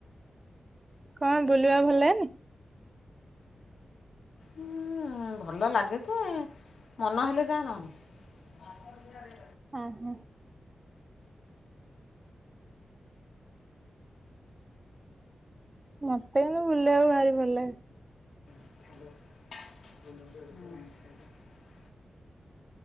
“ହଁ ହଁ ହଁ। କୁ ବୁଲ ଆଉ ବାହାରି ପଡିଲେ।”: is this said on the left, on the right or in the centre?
Right